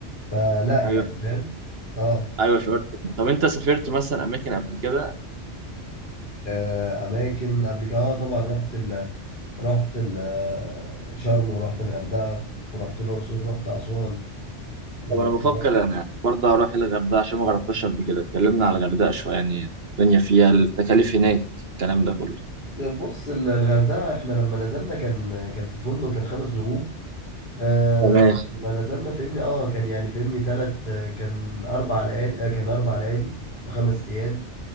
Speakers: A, on the left (about 45°); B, on the right (about 55°).
A: فلا يعني
B: أيوه
A: فاهم اه
B: أيوه شعرت طب أنت سافرت مثلا أماكن قبل كده
A: آه، اماكن قبل كده اه طبعا رحت ال رحت ال آه، شرم ورحت الغردقة ورحت الاقصر رحت اسوان ورحت
B: طب انا بفكر انا برضه اروح الغردقه عشان ما جربتهاش قبل كده اتكلمنا على الغردقه شويه يعني الدنيا فيها التكاليف هناك الكلام ده كله
A: بص ال- الغردقة احنا لما نزلنا كان كان في فندق كان خمس نجوم آه
B: تمام
A: لما نزلنا فهمني اه كان يعني فهمني تلت آه، كان اربع ليالي آه كان اربع ليالي بخمس ايام